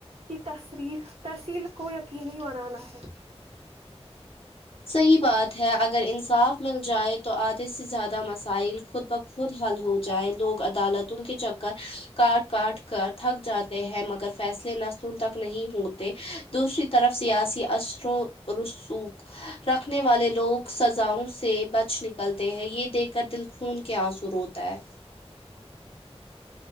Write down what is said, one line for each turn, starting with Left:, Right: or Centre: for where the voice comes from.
Right: کی تسری ترسیل کو یقینی بنانا ہے
Left: صحیح بات ہے اگر انصاف مل جائے تو آدھے سے زیادہ مسائل خود بخود حل ہو جائے لوگ عدالتوں کے چکر کاٹ کاٹ کر تھک جاتے ہیں مگر فیصلے نہ تک نہیں ہوتے دوسری طرف سیاسی اثروں رسوخ رکھنے والے لوگ سزاؤں سے بچ نکلتے ہیں یہ دیکھ کر دل خون کے آنسو روتا ہے